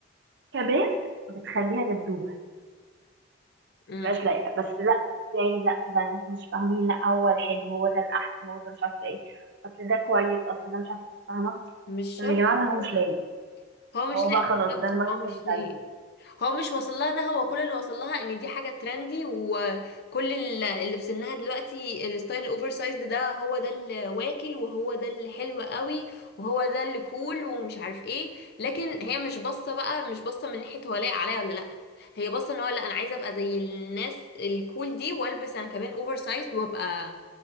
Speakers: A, on the right; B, on the left.
A: كبنت بتخليها دبدوبة
B: امم
A: متبقاش لايقة بس لا ازاي لا ده انتوا مش فاهمين لا هو الحلو هو ده الأحسن هو ده مش عارفة ايه أصل ده كويس أصل ده مش عارفة ايه فاهمة
B: مش
A: طب
B: شرط
A: يا جماعة ما
B: هو
A: هو مش لايق
B: هو مش
A: هو
B: لايق
A: بقى خلاص
B: بالظبط
A: ده المايند
B: هو مش
A: سيت بتاع
B: لايق
A: البنت
B: هو مش واصل لها ده هو كل اللي واصل لها ان دي حاجه ترندي وكل ال- اللي في سنها دلوقتي الستايل الاوفر سايزد ده هو ده اللي واكل وهو ده اللي حلو قوي وهو ده اللي كول ومش عارف ايه لكن هي مش باصه بقى مش باصه من ناحيه هو لايق عليا ولا لا هي باصه ان هو لا انا عايزه ابقى زي الناس الكول دي والبس انا كمان اوفر سايزد وابقى